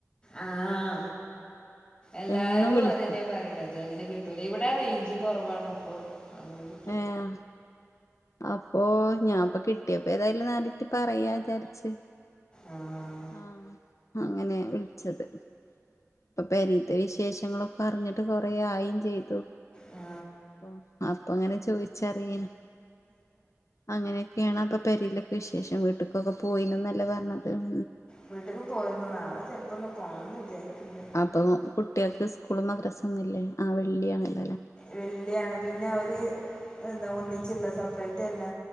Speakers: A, on the left (about 20°); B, on the left (about 65°).
A: ആഹ എല്ലാരും
B: എന്നും വിളിക്കും
A: അതന്നെ പറിണത് ത് അങ്ങനെ കിട്ടൂല ഇവിടെ റൈഞ്ചും കൊറവാണ് അപ്പോ അങ്ങനെ കി
B: ഏഹാ അപ്പൊ ഞാപ്പ കിട്ടിയപ്പ ഏതായാലും നാലിൻറ്റ് പറയാ ചാര്ച്ച്
A: ആഹ്
B: ആഹ് അങ്ങനെയാ വിൾച്ചത് ഇപ്പൊ പെരീത്തെ വിശേഷങ്ങളൊക്കെ അർഞ്ഞിട്ട് കൊറെ ആയിം ചെയ്തു
A: ആ
B: പ്പൊ അപ്പൊങ്ങനെ ചോയിച്ചറിയെനി അങ്ങനെയൊക്കേണ് അപ്പൊ പെരിലൊക്കെ വിശേഷം വീട്ട്ക്കൊക്കെ പോയിണ്ന്നല്ലേ പർഞ്ഞത് ഉം
A: വീട്ട്ക്ക് പോയിര്ന്നു നാളെ ചെല്പന്ന് പോണന്ന് വിചാരിക്ണ്ട്
B: അപ്പോ കുട്ടേക്ക് സ്കൂളും മദ്രസ ഒന്നുമില്ലേ ആ വെള്ളിയാണല്ലലെ
A: വെള്ളിയാണ് പിന്നെ അവര് എന്താ ഒന്നിച്ചിള്ള സെപ്പറേറ്റ് അല്ല